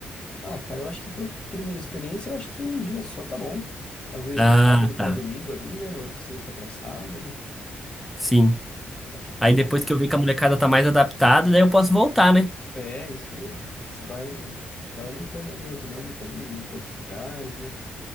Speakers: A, on the left; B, in the centre.
A: Ah, cara, eu acho que para primeira experiência, eu acho que um dia só tá bom. Às vezes
B: Ah,
A: de sábado para
B: tá.
A: domingo ali, né? Ou de sexta para sábado.
B: Sim.
A: Acho que tá
B: Aí
A: bom.
B: depois que eu ver que a molecada tá mais adaptada, daí eu posso voltar, né?
A: É, isso mesmo. Aí você vai, vai aumentando ali a dinâmica ali, indo para outros lugares, né?